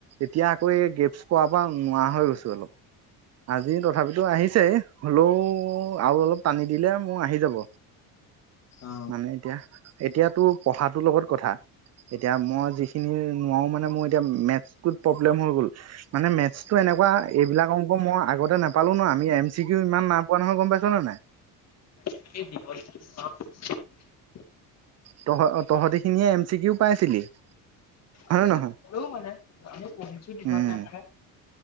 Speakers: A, on the right; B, on the left.
A: এতিয়া আকৌ এই গেপছ পৰা নোৱাৰা হৈ গৈছো অলপ। আজি তথাপিতো আহিছেই হলেও আৰু অলপ টানী দিলে মোৰ আহি যাব
B: অ
A: মানে এতিয়া এতিয়াতো পঢ়াটোৰ লগত কথা এতিয়া মই যিখিনি নোৱাৰো মানে মোৰ এতিয়া মেটছটোত প্ৰব্লেম হৈ গ'ল। মানে মেটছটো এনেকুৱা এইবিলাক অং হ'ব মই আগতে নাপালো না। আমি এম চি কিউ ইমান না পোৱা নহয়। গম পাইছ নে নাই?
B: <unintelligible>
A: তহঁ তহঁতি খিনিয়ে এম চি কিও পাইছিলি? হয়
B: পাইছিলোঁ।
A: নে নহয়
B: হলেও মানে আমি পঢ়িছোঁ যিকন
A: উম
B: টাইম থাকে।